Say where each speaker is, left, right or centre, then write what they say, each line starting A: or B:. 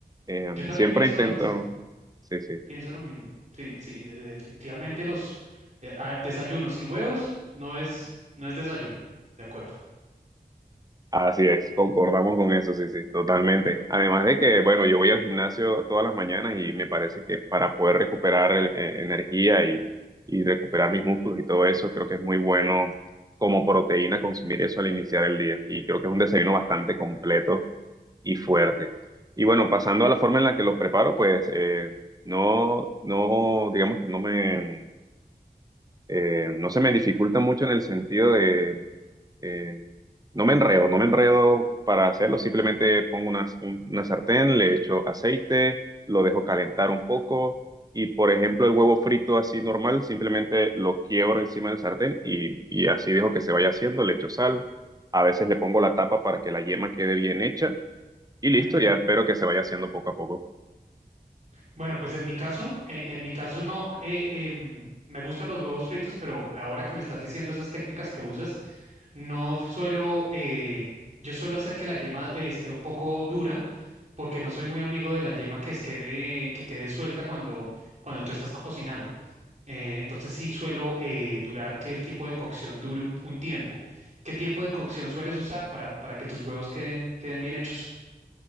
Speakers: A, on the right; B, on the right.
A: Em,
B: Yo también
A: siempre
B: pienso
A: intento,
B: lo mismo.
A: sí, sí,
B: Pienso lo mismo. Sí, sí, de- definitivamente los eh, ah, desayunos sin huevos no es, no es desayuno. De acuerdo.
A: así es, concordamos con eso, sí, sí, totalmente. Además de que, bueno, yo voy al gimnasio todas las mañanas y me parece que para poder recuperar el- eh, energía y, y recuperar mis músculos y todo eso, creo que es muy bueno como proteína consumir eso al iniciar el día. Y creo que es un desayuno bastante completo y fuerte. Y bueno, pasando a la forma en la que los preparo, pues eh, no, no, digamos que no me, eh, no se me dificulta mucho en el sentido de Eh, no me enredo, no me enredo para hacerlo, simplemente pongo una, un- una sartén, le echo aceite, lo dejo calentar un poco y, por ejemplo, el huevo frito así normal, simplemente lo quiebro encima del sartén y, y así dejo que se vaya haciendo, le echo sal, a veces le pongo la tapa para que la yema quede bien hecha y listo,
B: Ujú.
A: ya espero que se vaya haciendo poco a poco.
B: Bueno, pues en mi caso, eh, en mi caso no, eh, em, me gustan los huevos fritos, pero ahora que me estás diciendo esas técnicas que usas, no suelo, eh, yo suelo hacer que la yema eh, esté un poco dura, porque no soy muy amigo de la yema que es quede, que quede suelta cuando, cuando tú estás cocinando. Eh, entonces sí suelo eh, durar que el tiempo de cocción dure un, un tiempo. ¿Qué tiempo de cocción sueles usar para, para que tus huevos queden, queden bien hechos?